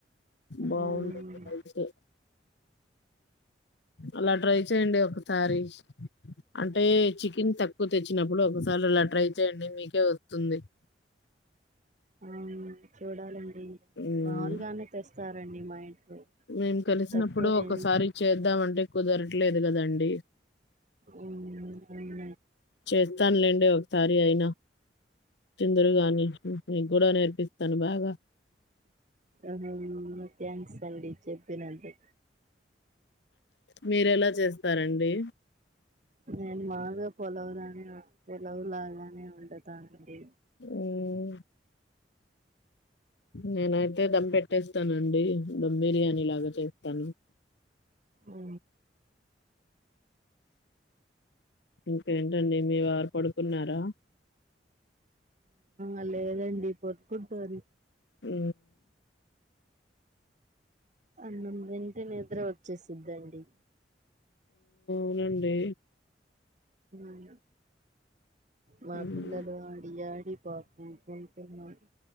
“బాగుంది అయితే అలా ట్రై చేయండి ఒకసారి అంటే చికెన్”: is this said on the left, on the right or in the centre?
Left